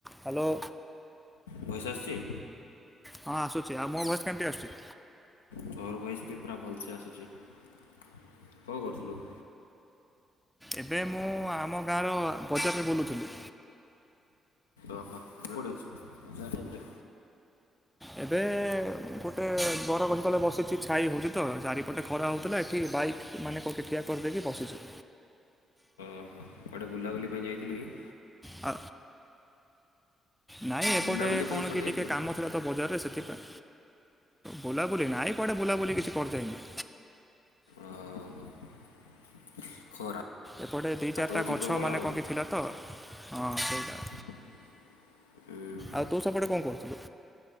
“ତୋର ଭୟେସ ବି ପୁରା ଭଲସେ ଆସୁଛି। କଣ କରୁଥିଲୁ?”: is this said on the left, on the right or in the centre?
Left